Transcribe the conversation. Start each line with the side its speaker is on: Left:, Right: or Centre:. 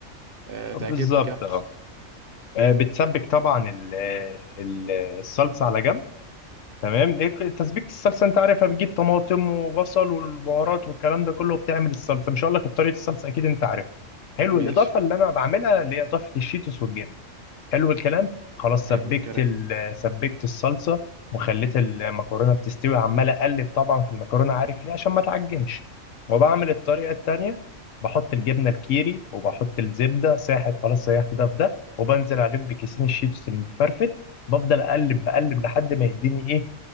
Right: آه
Left: بالظبط
Right: تعجبني كمل
Left: اه آه، بتسبك طبعا ال- ال- الصلصه على جنب تمام إيه، تسبيكه الصلصه انت عارفها بتجيب طماطم وبصل والبهارات والكلام ده كله بتعمل الصلصه مش هقول لك طريقه الصلصه اكيد انت عارفها حلو
Right: ماشي
Left: الاضافه اللي انا بعملها اللي هي اضافه الشيتوس والجبن حلو الكلام خلاص
Right: حلو
Left: سبكت
Right: الكلام
Left: ال- سبكت الصلصه وخليت المكرونه بتستوي عمال اقلب طبعا في المكرونه عارف ليه عشان ما تعجنش وبعمل الطريقه التانيه بحط الجبنه الكيري وبحط الزبده ساحت خلاص سيحت ده في ده وبنزل عليهم بكيسين الشيتوس المتفرفت بفضل اقلب بقلب لحد ما يديني ايه